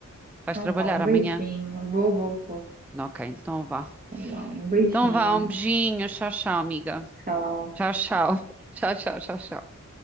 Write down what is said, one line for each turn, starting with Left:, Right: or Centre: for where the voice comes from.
Centre: Vais
Right: Então
Centre: trabalhar
Right: vá, um
Centre: amanhã?
Right: beijinho. Vou, vou, vou.
Centre: Ok, então vá.
Right: Então vá, um beijinho.
Centre: Então vá, um beijinho, tchau, tchau, amiga.
Right: Tchau.
Centre: Tchau, tchau. <laughs> Tchau, tchau, tchau, tchau.